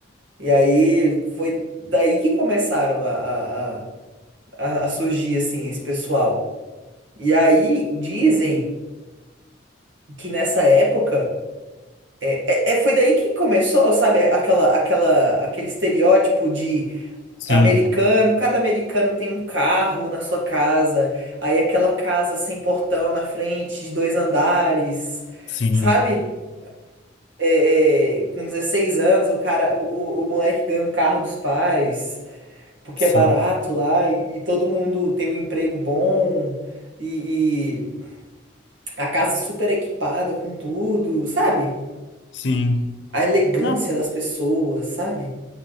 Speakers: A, on the right; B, on the left.
A: E aí foi daí que começaram a, a, a, a- a surgir assim esse pessoal. E aí dizem que nessa época é, é, é- foi daí que começou, sabe, aquela, aquela, aquele estereótipo de
B: sim,
A: americano, cada americano tem um carro na sua casa, aí aquela casa sem portão na frente, de dois andares,
B: sim,
A: sabe? É, é, com 16 anos, o cara, o, o o moleque ganha um carro dos pais. porque
B: sim,
A: é barato lá e, e todo mundo tem um emprego bom e, e a casa super equipada com tudo, sabe?
B: sim.
A: A elegância
B: Não,
A: das pessoas, sabe?